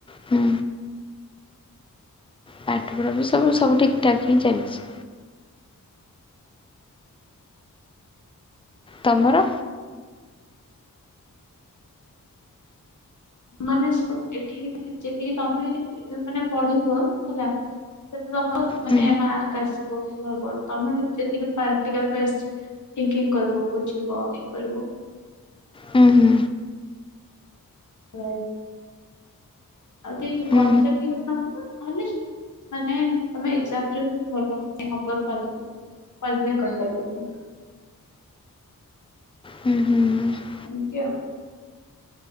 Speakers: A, on the left; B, on the left.
A: ହୁଁ ପାଠପଢାବି ସବୁ ସବୁ ଠିକ୍ ଠାକ୍ ହିଁ ଚାଲିଛି। ତମର।
B: ମାନେ ଏଠି ଯେତିକି ତମେ ମାନେ ପଢିବ ହେଲା ସେଠ ତମର ମାନେ
A: ହୁଁ
B: ମାର୍କ ଆସିବ ଇଏ ହବ ତମେ ଯେତିକି ପ୍ରାକ୍ଟିକାଲ ପା କି କଇବୁ ବୁଝିବ ଇଏ କରିବୁ।
A: ହୁଁ ହୁଁ।
B: ମ ଆଜି
A: ହୁଁ
B: କ ଚା ନ ତାହଲେ ମାନେ ତମେ ଏକ୍ଜାମରେ ବି ଭଲ ହଛିବ କ କ୍ଵାଲିଫାଏ କରିପାରିବ।
A: ହୁଁ ହୁଁ ହୁଁ।
B: ଏମିତି ଆଉ।